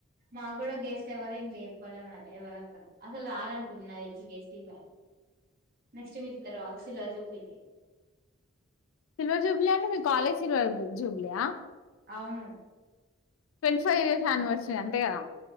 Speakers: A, on the right; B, on the left.
A: మా కూడా గెస్ట్ ఎవరు ఇంక ఎప్పలే మరి ఎవరుత్తరో అసలు రారనుకుంటున్నా తెలిసి గెస్ట్ ఈసారి నెక్స్ట్ విలుత్తర్ కావచ్చు సిల్వర్ జూబ్లీకి
B: సిల్వర్ జూబ్లి అంటే మీ కాలేజ్ సిల్వర్ జూబ్లియా
A: అవును
B: ట్వంటీ ఫైవ్ ఇయర్స్ యానివర్సరీ అంతే కదా